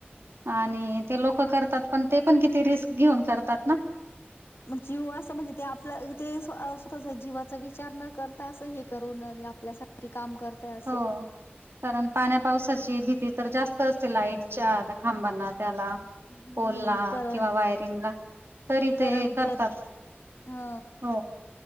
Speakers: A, on the right; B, on the left.
A: आणि ते लोक करतात पण ते पण किती रिस्क घेऊन करतात ना
B: जीव असं म्हणजे ते आपलं ते स्वतः चा जीवाचा विचार न करता असं हे करू न आपल्यासाठी काम करते असं
A: हो कारण पाण्या पावसाची भीती तर जास्त असते लाईटच्या खांबांना त्याला
B: हम्म
A: पोल ला
B: करंट
A: किंवा वायरिंगला तरी
B: करंट
A: ते
B: उतर,
A: करतात
B: ह
A: हो